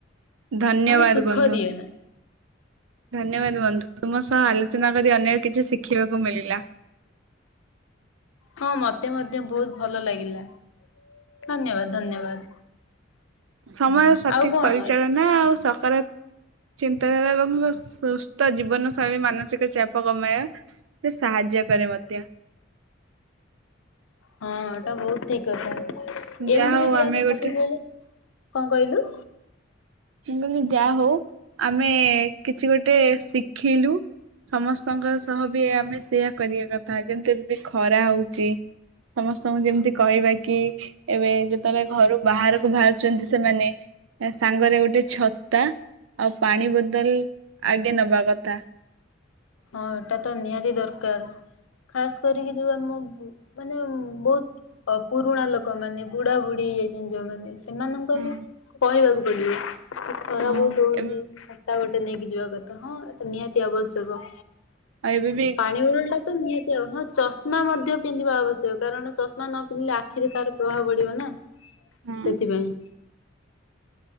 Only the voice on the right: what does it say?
ଧନ୍ୟବାଦ
ବନ୍ଧୁ।
ଧନ୍ୟବାଦ ବନ୍ଧୁ ତୁମ ସହ ଆଲୋଚନା କରି ଅନେକ କିଛି ଶିଖିବାକୁ ମିଳିଲା।
ସମୟ ର ସଠିକ
ପରିଚାଳନା ଆଉ ସକରାତ୍ ଚିନ୍ତାଧାରା ଏବଂ ମ ସୁସ୍ଥ ଜୀବନ ଶୈଳୀ ମାନସିକ ଚାପ କମାଇବା। ରେ ସାହାଯ୍ୟ କରେ ମଧ୍ୟ।
ଯାହା
ହଉ
ଗୋଟେ
ମୁଁ କହିଲି ଯା ହଉ ଆମେ କିଛି ଗୋଟେ ଶିଖିଲୁ। ସମସ୍ତଙ୍କ ସହ ବି ଆମେ ସେଇୟା କରିବା କଥା ଯେମିତି ଏବେ ଖରା ହଉଛି। ସମସ୍ତଙ୍କୁ ଯେମିତି କହିବା କି। ଏବେ ଯେତେବେଳେ ଘରୁ ବାହାରକୁ ବାହାରୁଛନ୍ତି ସେମାନେ ସାଙ୍ଗରେ ଗୋଟେ। ଯୋଉଛତା ଆଉ ପାଣି ବୋତଲ ଆଗେ ନବା କଥା।
ହୁଁ।
ହଁ
ଏବେ
ଆଇବେ।
ହଁ